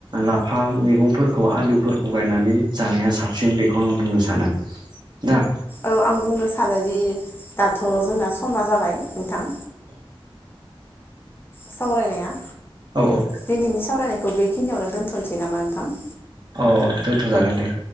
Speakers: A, on the right; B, on the left.
A: ला फा मैगंफोरखौ आलुफोरखौ गायनानै जानाया साबसिन बेखौ आं बुंनो सानो दा।
B: औ आं बुंनो सानोदि दाथ' जोंना समा जाबाय नोंथां।
A: <inaudible>
B: सावरायनाया
A: औ औ।
B: दिनैनि सावरायनायखौ बेखिनियावनो दोनथ'नोसै नामा नोंथां
A: अ दोनथ'जागोन दे